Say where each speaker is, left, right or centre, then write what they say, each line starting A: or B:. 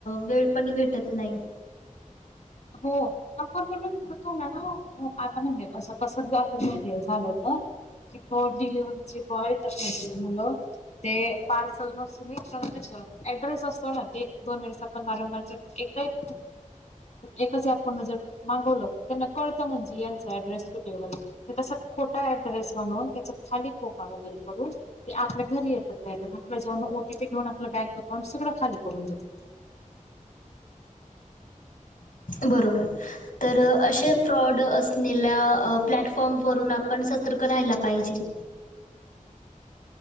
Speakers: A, on the left; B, on the left.
A: वेळ पण भेटत नाही.
B: हो. अपार्टमेंट मध्ये असंच झालं ना वो आता म्हणे अस तसच आता हे झाल होत. कि ब डिलिव्हरीचे बॉय त मुलं ते पार्सल नसून त्याच ऍड्रेस असतो ना ते दोन वेळेस आपण वारंवार एक एक एकाच ॲपवरन जर मागवलं त्यांना कळतं म्हणजे यांचा ऍड्रेस कुठे वगैरे तर तसं खोटा ऍड्रेस बनवून त्याचा खाली खोका वगैरे करून ते आपल्या घरी येतात द्यायला आण आपल्या ह्यज्यावरन ओटीपी घेऊन आपलं बँक अकाउंट सगळं खाली करून देतात.
A: बरोबर तर असे फ्रॉड असलेल्या प्लॅटफॉर्म वरून आपण सतर्क राहायला पाहिजे.